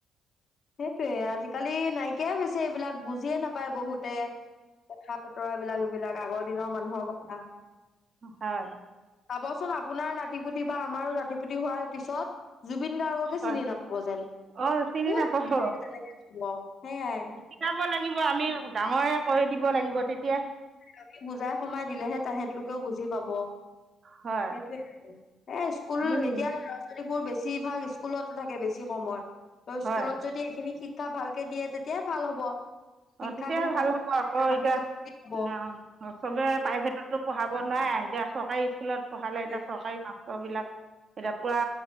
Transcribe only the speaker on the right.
হয়
হয়
অঁ চিনি
নেপাব।
শিকাব লাগিব। আমি ডাঙৰে কৰি দিব লাগিব তেতিয়া।
হয়
আমি নি-
হয়
অ' তেতিয়াহে
ভাল
হ'ব,
আকৌ
এতিয়া
ন! চবে
প্ৰাইভেটতো পঢ়াব নোৱাৰে, এতিয়া চৰকাৰী স্কুলত পঢ়ালে
এতিয়া চৰকাৰী কাম বিলাক এতিয়া পুৰা